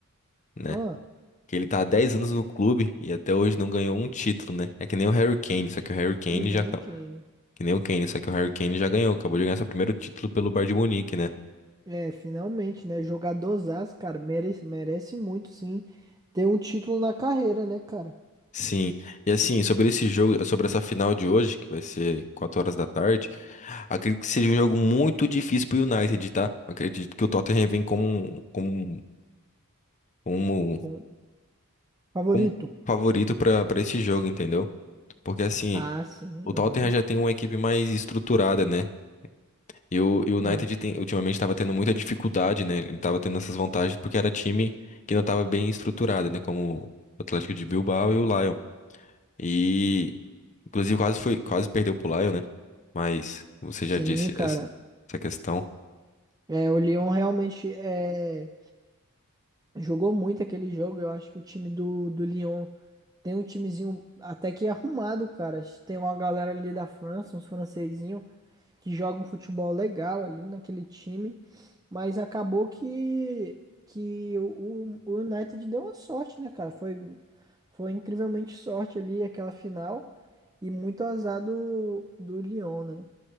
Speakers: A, on the left; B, on the right.
A: né?
B: Ah,
A: Que ele tá há 10 anos no clube e até hoje não ganhou um título, né? É que nem o Harry Kane, só que o Harry Kane
B: que nem
A: já,
B: o Kane.
A: Que nem o Kane, só que o Harry Kane já ganhou, acabou de ganhar seu primeiro título pelo Bayern de Munique, né?
B: É, finalmente, né? Jogadorzaço, cara. Merece, merece muito, sim. Ter um título na carreira, né, cara?
A: Sim. E assim, sobre esse jogo, sobre essa final de hoje, que vai ser 4 horas da tarde, acredito que seja um jogo muito difícil pro United, tá? Acredito que o Tottenham vem como um, como um, como,
B: Com favorito.
A: como favorito pra para esse jogo, entendeu? Porque assim,
B: Ah, sim,
A: o Tottenham
B: aham.
A: já tem uma equipe mais estruturada, né? E o, e o United
B: aham.
A: tem- ultimamente estava tendo muita dificuldade, né? Ele estava tendo essas vantagens porque era time que não estava bem estruturado, né? Como o Atlético de Bilbao e o Lyon. E inclusive quase foi, quase perdeu pro Lyon, né? Mas você
B: Sim,
A: já disse
B: cara.
A: essa, essa questão.
B: É, o Lyon realmente é. Jogou muito aquele jogo, eu acho que o time do, do Lyon tem um timezinho até que arrumado, cara. Tem uma galera ali da França, uns francesinhos, que jogam um futebol legal ali naquele time, mas acabou que, que o, o o United deu uma sorte, né, cara? Foi, foi incrivelmente sorte ali aquela final e muito azar do, do Lyon, né?